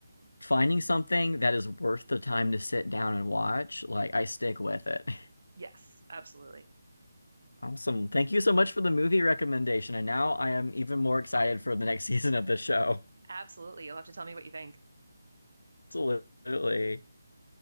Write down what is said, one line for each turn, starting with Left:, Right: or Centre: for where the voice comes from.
Left: finding something that is worth the time to sit down and watch. Like I stick with it. <laughs>
Right: Yes, absolutely.
Left: Awesome. Thank you so much for the movie recommendation. And now I am even more excited for the next <laughs> season of the show.
Right: Absolutely. You'll have to tell me what you think.
Left: Absolutely.